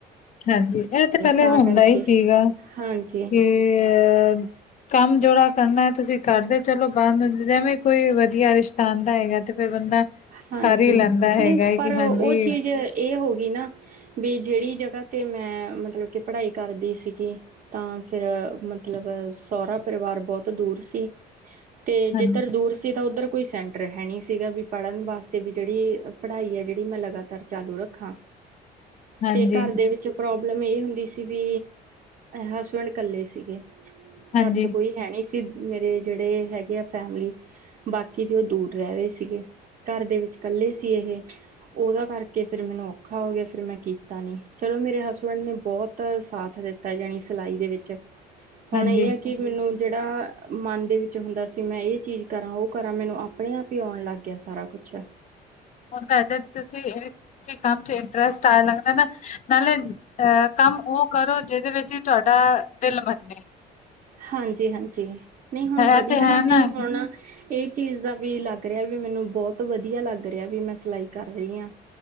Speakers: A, on the left; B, on the right.
A: ਹਾਂਜੀ, ਐਹ ਤੇ ਪਹਿਲੇ
B: ਤਾਂ
A: ਹੁੰਦਾ
B: ਕਰਕੇ
A: ਈ ਸੀਗਾ ਕਿ
B: ਹਾਂਜੀ
A: ਅਹ ਕੰਮ ਜੋੜਾ ਕਰਨੈ ਤੁਸੀਂ ਕਰਦੇ ਚਲੋ ਬੰਦ ਜਿਵੇਂ ਕੋਈ ਵਧੀਆ ਰਿਸ਼ਤਾ ਆਂਦਾ ਹੈਗੈ ਤੇ ਫਿਰ ਬੰਦਾ ਕਰ
B: ਹਾਂਜੀ
A: ਹੀ ਲੈਂਦੈ
B: ਨਹੀਂ
A: ਹੈਗਾ ਏ
B: ਪਰ
A: ਕਿ ਹਾਂਜੀ
B: ਉਹ ਚੀਜ਼ ਇਹ ਹੋ ਗਈ ਨਾਂ ਵੀ ਜਿਹੜੀ ਜਗਾ ਤੇ ਮੈਂ ਮਤਲਬ ਕਿ ਪੜ੍ਹਾਈ ਕਰਦੀ ਸੀਗੀ ਤਾਂ ਫਿਰ ਮਤ ਮਤਲਬ ਸੌਹਰਾ ਪਰਿਵਾਰ ਬਹੁਤ ਦੂਰ ਸੀ। ਤੇ ਜਿੱਧਰ
A: ਹਾਂਜੀ
B: ਦੂਰ ਸੀ ਤਾਂ ਉੱਧਰ ਕੋਈ ਸੈਂਟਰ ਹੈ ਨਹੀਂ ਸੀਗਾ ਵੀ ਪੜਨ ਵਾਸਤੇ ਵੀ ਜਿਹੜੀ ਪੜ੍ਹਾਈ ਐ ਜਿਹੜੀ ਮੈਂ ਲਗਾਤਾਰ ਚਾਲੂ ਰੱਖਾਂ।
A: ਹਾਂਜੀ
B: ਤੇ ਘਰ ਦੇ ਵਿੱਚ ਪ੍ਰੌਬਲਮ ਇਹ ਹੁੰਦੀ ਸੀ ਵੀ ਹਸਬੈਂਡ ਕੱਲੇ ਸੀਗੇ
A: ਹਾਂਜੀ
B: ਘਰ 'ਚ ਕੋਈ ਹੈਣੀ ਸੀ ਮੇਰੇ ਜਿਹੜੇ ਹੈਗੇ ਆ ਫੈਮਲੀ ਬਾਕੀ ਜੇ ਉਹ ਦੂਰ ਰਹਿ ਰਹੇ ਸੀਗੇ। ਘਰ ਦੇ ਵਿੱਚ ਕੱਲੇ ਸੀ ਇਹ। ਉਹਦਾ ਕਰਕੇ ਫਿਰ ਮੈਨੂੰ ਔਖਾ ਹੋ ਗਿਆ। ਫਿਰ ਮੈਂ ਕੀਤਾ ਨੀ ਚਲੋ ਮੇਰੇ ਹਸਬੈਂਡ ਨੇ ਬਹੁਤ ਬਹੁਤ ਸਾਥ ਦਿੱਤਾ, ਯਾਨੀ ਸਿਲਾਈ ਦੇ ਵਿੱਚ, ਹੁਣ
A: ਹਾਂਜੀ
B: ਇਹ ਐਂ ਕਿ ਮੈਨੂੰ ਜਿਹੜਾ, ਮਨ ਦੇ ਵਿੱਚ ਹੁੰਦਾ ਸੀ ਮੈਂ ਇਹ ਚੀਜ ਕਰਾਂ, ਉਹ ਕਰਾਂ, ਮੈਨੂੰ ਆਪਣੇ ਆਪ ਹੀ ਆਉਣ ਲੱਗ ਹੋ ਗਿਆ ਸਾਰਾ ਕੁਛ
A: ਹੁਣ ਦਾ ਇ ਤੁਸੀਂ ਕਿਸੀ ਕੰਮ 'ਚ ਇੰਟਰਸਟ ਆਉਣ ਲਗਦਾ ਨਾਂ ਨਾਲੇ ਅਹ ਕੰਮ ਉਹ ਕਰੋ, ਜਿਹਦੇ ਵਿੱਚ ਹੀ ਤੁਹਾਡਾ ਦਿਲ ਮੰਨੇ।
B: ਹਾਂਜੀ- ਹਾਂਜੀ, ਨਹੀਂ ਹੁਣ
A: ਹੈ
B: ਵਧੀਆ
A: ਤੇ ਹੈ
B: ਨਾਂ ਵੀ
A: ਨਾ
B: ਹੁਣ ਇਹ ਚੀਜ਼ ਦਾ ਵੀ ਲੱਗ ਰਿਹਾ ਵੀ, ਮੈਨੂੰ ਬਹੁਤ ਵਧੀਆ ਲੱਗ ਰਿਹਾ ਵੀ, ਮੈਂ ਸਿਲਾਈ ਕਰ ਰਹੀ ਹਾਂ।